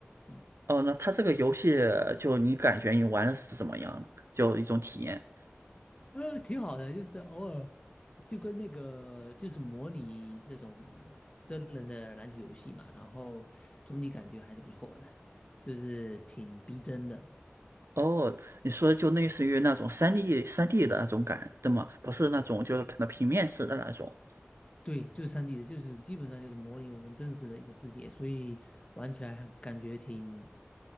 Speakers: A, on the left (about 25°); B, on the right (about 70°).
A: 嗯，
B: 哦，那它这个游戏就你感觉你玩的是怎么样呢？就一种体验。
A: 呃挺好的，就是偶尔就跟那个就是模拟这种真人的篮球游戏嘛，然后总体感觉还是不错的，就是挺逼真的，
B: 哦，你说就类似于那种三 d 三 d 的那种感，对吗？不是那种就是可能平面式的那种，
A: 对，就是三 D 的，就是基本上就是模拟我们真实的一个世界，所以玩起来还感觉挺